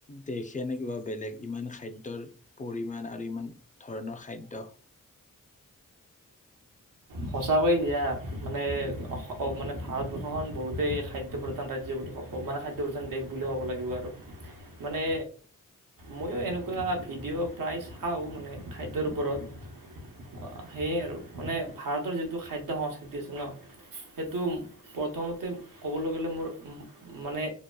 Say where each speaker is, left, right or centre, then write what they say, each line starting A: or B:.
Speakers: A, on the left; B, on the right.
A: দেশে নে কিবা বেলেগ ইমান খাদ্যৰ পৰিমাণ আৰু ইমান ধৰণৰ খাদ্য।
B: সঁচাকৈয়ে দিয়া মানে, মানে অ ভাৰতবৰ্ষ খন বহুতেই খাদ্য প্ৰধান ৰাজ্য বুলি ক ক'ব মানে খাদ্য প্ৰধান দেশ বুলিয়ে ক'ব লাগিব আৰু মানে মইয়ো এনেকুৱা ভিডিঅ' প্ৰায় চাওঁ, মানে খাদ্যৰ ওপৰত আ সেয়ে আৰু মানে ভাৰতৰ যিটো খাদ্য সংস্কৃতি আছে ন' সেইটো প্ৰথমতে ক'বলৈ গ'লে মোৰ মানে,